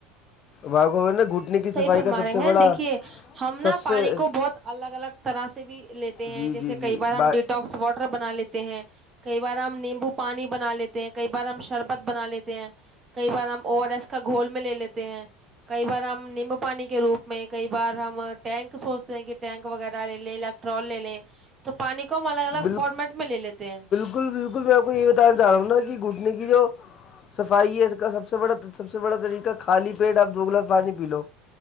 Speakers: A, on the left; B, on the right.
A: بگ نے گھٹنے کی صفائی
B: پرر
A: کا سب
B: مارے
A: سے
B: ہیں
A: بڑا
B: دیکھیے ہم
A: سب
B: نا
A: سے
B: پانی کو بہت الگ الگ طرح سے بھی لیتے ہیں
A: جی
B: جیسے
A: جی
B: کئی
A: جی
B: بار ہم
A: با
B: ڈیٹاکس واٹر بنا لیتے ہیں کئی بار ہم نیمبو پانی بنا لیتے ہیں کئی بار ہم شربت بنا لیتے ہیں کئی بار ن ہم او ایس گھول میں لے لیتے ہیں کئی بار ہم نمب پانی کے روپ میں کئی بار ہم ٹینک سوچتے ہیں کہ ٹینک وغیرہ لے لیں الیکٹرول لے لیں تو پانی کو ہم الگ
A: بل
B: الگ فارمیٹ میں لے لیتے ہیں
A: بالکل بالکل میں آپ کو یہ بتانا چاہ رہ ہوں نا کہ گھٹنے کی جو صفائی ہے اس کا سب سے بڑا سب سے بڑا طریقہ خالی پیٹ آپ دو گلاس پانی پی لو